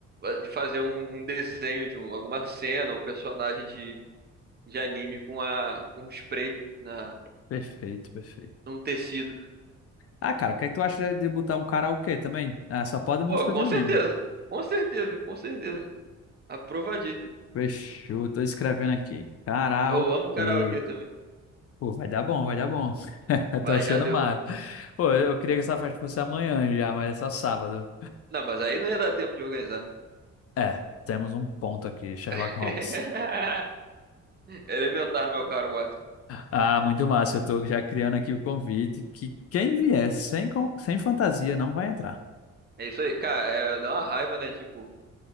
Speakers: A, on the right; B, on the left.
A: de fazer um, um desenho de um- alguma cena ou personagem de, de anime com a com um spray na,
B: Perfeito, perfeito.
A: num tecido.
B: Ah, cara, o que é que tu acha de botar um karaokê também? Ah, só pode música
A: Pô, com
B: de anime.
A: certeza. Com certeza, com certeza. Aprovadíssimo.
B: Fechou, tô escrevendo aqui. Karaokê.
A: Eu amo amo karaokê também.
B: Pô, vai dar bom, vai dar bom. <laughs> Eu
A: Vai,
B: Tô achando
A: já deu.
B: massa. Pô, eu queria que essa festa fosse amanhã já, mas é só sábado.
A: Não, mas aí não ia dar tempo de organizar.
B: É, temos um ponto aqui, Sherlock
A: <laughs>
B: Holmes.
A: Elementar, meu caro Watson.
B: Ah, muito massa. Eu tô já criando aqui o convite que quem vier sem, con- sem fantasia não vai entrar.
A: É isso aí. Cara, é, dá uma raiva, né? Tipo,